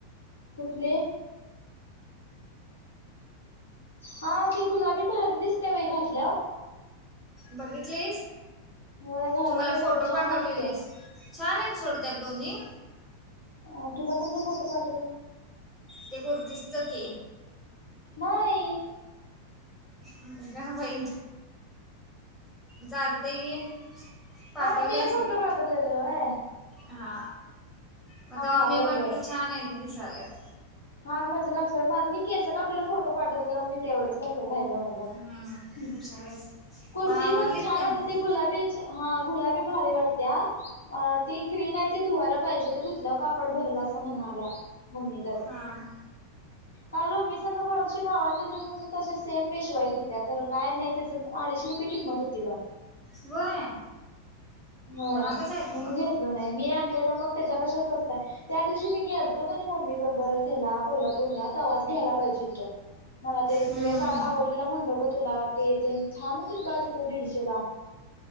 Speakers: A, on the left; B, in the centre.
A: कुठली? हा ती गुलाबी भारी दिसतेय बाई घातल्याव
B: बघितलीस?
A: होय घालून
B: तु मला
A: बघितलं
B: फोटो
A: छान
B: पाठवलेलीस
A: वाटते
B: छानयत सोड त्या दोन्ही
A: अं तुला कुठलं फोटो पाठवला?
B: ते कुर्तीसच ते
A: नाही!
B: अग या बाई चालतय की पाठवल्यास
A: हा ते फोटो पाठवलेलं व्हय
B: हा म तवा
A: हा होय
B: मी म्हटलो
A: वय
B: छानय दिसायल्यात
A: हा माझ्या लक्षात मल मी केस कापलेला फोटो पाठवलेलं मी तेवढच लक्षात राहिलं माझ्या
B: हम्म
A: या ह
B: हुशार आहेस
A: कुर्ती
B: मग आवडलीत
A: बघ छान
B: काय
A: होती ती गुलाबीच ते हा आ गुलाबी भारी वाटतीया ती ग्रीन आहे ती धुवायला पाहिजे ते धुतल्या वर काप कापड भरल असं म्हणाल्या मम्मी तर
B: हां
A: काल मम्मी संग बोलाय <unintelligible> गावात गेलतो मी तशीच सेम पेशवाईत होत्या खर काय नाही त्याचं अडीचशे रुपये किंमत होती बा
B: व्हय
A: होय
B: महागच हाय कि
A: म्हणून
B: मग
A: घेतलो नाही मी आणलेलो मग त्याच्यापेक्षा स्वंतय त्या दिवशी मी गेलतो का मम्मी बरोबरच त्याला कोल्हापूरला तवाच घ्यायला पाहिजे होत मला ते
B: हम्म.
A: ड्रेस आवड म्हणलो ग तुला ते छान होतं बाज येत दीडशेला <unintelligible>